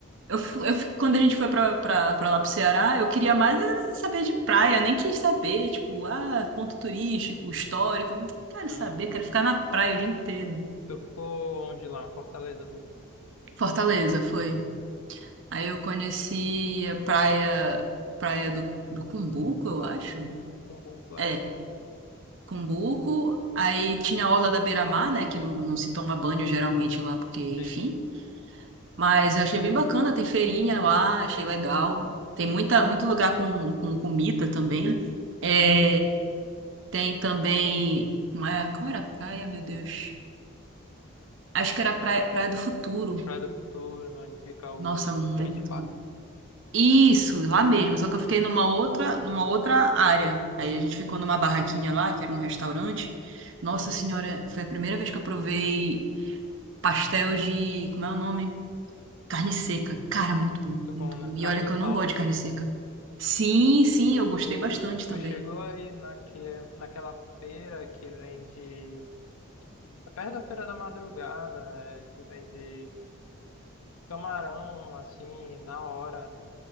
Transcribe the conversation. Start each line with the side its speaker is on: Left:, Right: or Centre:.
Right: eu, fu- eu fi- quando a gente foi pra, pra, pra lá pro Ceará, eu queria mais eh, saber de praia, nem quis saber, tipo, ah, ponto turístico, histórico. Não Quero
Left: Uhum.
Right: saber, quero ficar na praia o dia inteiro.
Left: Tu ficou onde lá? Fortaleza mesmo?
Right: Fortaleza foi. Aí eu conheci a praia, praia do, do Cumbuco, eu acho.
Left: Cumbuco, acho
Right: É,
Left: que é.
Right: Cumbuco, aí tinha a Orla da Beira-Mar, né, que não, não se toma banho geralmente lá, porque,
Left: Sim.
Right: enfim. Mas eu achei bem bacana, tem feirinha lá, achei legal. Tem muita, muito lugar com, com comida também. É, Tem também, como é- qual era a praia, meu Deus? Acho que era praia, Praia do Futuro.
Left: Praia do Futuro, onde fica o
Right: Nossa, muito.
Left: Beach Park.
Right: Isso, lá mesmo, só que eu fiquei numa outra, numa outra área. Aí a gente ficou numa barraquinha lá, que era um restaurante. Nossa
Left: Uhum.
Right: senhora, foi a primeira vez que eu provei Pastel de. Como é o nome? Carne seca. Cara, muito bom,
Left: Muito
Right: muito
Left: bom,
Right: bom.
Left: né?
Right: E
Left: Carne
Right: olha que
Left: de sol
Right: eu não gosto
Left: também.
Right: de carne seca. Sim, sim, eu gostei
Left: Tu,
Right: bastante
Left: tu
Right: também.
Left: chegou aí naque, naquela feira que vende. É perto da Feira da Madrugada, é, que vende camarão, assim, na hora.